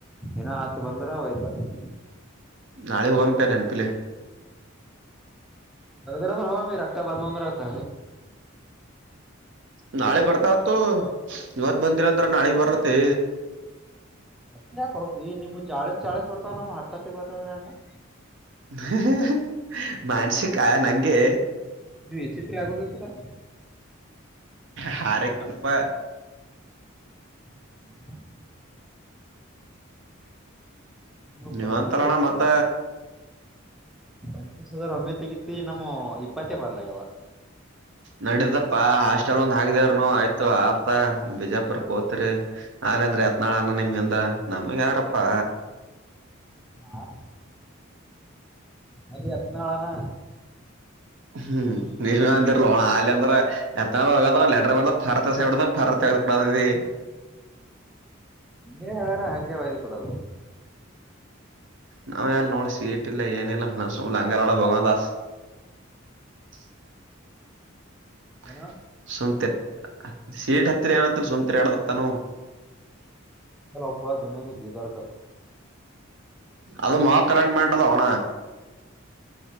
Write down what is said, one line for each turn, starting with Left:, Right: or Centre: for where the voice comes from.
Centre: ದಿನಾ ಹತ್ತು ಬಂದ್ರ ಒಯತನಿ.
Right: ನಾಳ ಹೋಗಮತ ನೆಪಿಲೆ.
Centre: ಅಗದರ ಅಂದ್ರೆ <inaudible> ಅಕ್ಕ ಬಂದ್ ಅಂದ್ರೆತ
Right: ನಾಳೆ ಬರ್ತಾತ್ತು ಇವತ್ ಬಂದಿರಂತ್ರ ನಾಳೆ ಬರ್ತ್ತ.
Centre: ಮತ್ತಕ ಹೋಗ ನಿಮ್ ಚಾಳೀಸ್ ಚಾಳೀಸ್ ಬರ್ತಾವ ನಮ್ಮ ಹತ್ತತ್ತ ಬರ್ತದಗೆ.
Right: ಹ ಹ ಮಾನಸಿಕ ನಂಗೆ
Centre: ನೀವು ವಿಚ್ಚಿತ್ರ್ ಆಗೋದತ್ತಾಲ್ಯಾ.
Right: ಹಾರ ಕುನ್ಪ್ಪ
Centre: ಹ ನೀವು
Right: ಯಾವಾಗ್
Centre: ಪಂಚೀಸ್
Right: ತರೋಣ್ಣ ಮತ್ತ.
Centre: ಪಂಚ ಸಾವಿರ ಒಮ್ಮೆ ತೆಗಿತಿ ನಮ್ಮ ಇಪ್ಪತ್ತೇ ಬರ್ಲಗ ಅವ <inaudible>
Right: ನಡತಪ್ಪಾ ಹಾಸ್ಟೆಲ್ ಒಂದ್ ಹಾದವನು ಆಯ್ತು ಆತ ಬಿಜಾಪುರ್ ಕೋತ್ರಿ. ಆಲ್ ಅಂದ್ರೆ ಹತ್ನಾಳ್ ಅಣ ನಿಮ ಹಿಂದ ನಮಗ್ ಯಾರಪ್ಪಾ.
Centre: ಹಾ ಅಲ್ಲಿ ಎತ್ನಾಳನಾ.
Right: ಹ್ಮ್ ನೀವ ಅಂತರ್ಲೋಣ ಅಲ್ಲಿ ಅಂದ್ರೆ. ಎತ್ತನ ಹ ಲೆಟರ್ ಬ ರತ ಸೇಬಡ ರ ಕೂಡೀ <inaudible>
Centre: ನೀ ಹೇಳಾರ ಹಂಗೆ ವಯ್ದ್ ಕೊಡೋದು.
Right: ನಾವು ಯಾರ ನೋಳಸ ಟ್ಲ್ಲ ಏನ ಇಲ್ಲಸ ಲಂಗಾರಳ ಭಗನ್
Centre: ಹಾಂ
Right: ದಾಸ್ <inaudible> ಆ
Centre: ಅನು...
Right: ಸುಮ್ತೆ ಸೀಟ್ ಹತ್ತಿರ ಏನತ್ತ ಸುಮ್ತೆರ್ಗಡದತ್ತಾನ.
Centre: ಚಲಪ್ಪ ದದುನಿಯಿ ಬೀದರ್ಕ.
Right: ಅದು ಮಾ ಕರೆಂಟ್ ಮಾಡೇಟದ ಅವಣ.